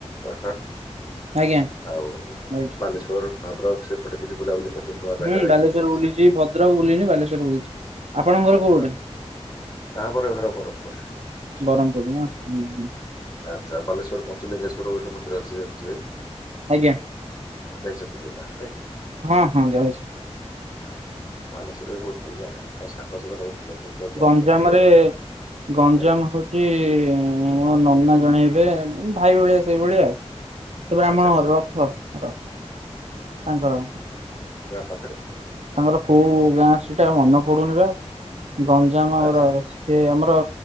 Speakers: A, on the left; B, on the right.
A: କଟକ
B: ଆଜ୍ଞା
A: ଆଉ
B: ଯାଇଛି।
A: ବାଲେଶ୍ୱର ଭଦ୍ରକ ସେପଟେ କିଛି ବୁଲାବୁଲି କରିଛନ୍ତି ନୂଆ ଜାଗା
B: ହୁଁ
A: ଯାଇଛନ୍ତି
B: ବାଲେଶ୍ୱର
A: କିଛି?
B: ବୁଲିଛି ଭଦ୍ରକ ବୁଲିନି ବାଲେଶ୍ୱର ବୁଲିୁଛି ଆପଣଙ୍କ ଘର
A: ଆଚ୍ଛା
B: କୋଉ ପଟେ?
A: ଆମର ଘର କୋରାପୁଟ ରେ।
B: ବ୍ରହ୍ମପୁର ନା ହୁଁ ହୁଁ।
A: ଆଚ୍ଛା ବାଲେଶ୍ୱର ପଞ୍ଚଲିଙ୍ଗେଶ୍ଵର ଗୋଟେ ମନ୍ଦିର ଅଛି ଜାଣିଥିବେ।
B: ଆଜ୍ଞା
A: ଯାଇଛନ୍ତି କେବେ ନା ନାହିଁ।
B: ହଁ ହଁ ଯାଇଛି।
A: ଆ ବାଲେଶ୍ଵରରେ ବି ବହୁତ୍ ଭଲ ଜାଗା ମୋ ସାଙ୍ଗ ସବୁ ରହୁଥିଲେ। ଯେତେବେଳେ ଜବ୍
B: ଗଞ୍ଜାମ
A: କରୁଥିଲି
B: ରେ ଗଞ୍ଜାମ
A: ଆଜ୍ଞା
B: ହଉ କି ମୋ ନନା ଜଣେ ହେବେ ଭାଇ ଭଳିଆ ସେଇଭଳିଆ ଆଉ। ସେ ବ୍ରାହ୍ମଣ
A: ଆଚ୍ଛା ଆଚ୍ଛା।
B: ଘରର ରଥ ର ତାଙ୍କର
A: ପାଖେରେ।
B: ତାଙ୍କର କୋଉ ଗାଁଆ ସେଟା ମନେ ପଡୁନି ବା ଗଞ୍ଜାମ୍ ଆମର
A: ଆଚ୍ଛା
B: ସେ ଆମର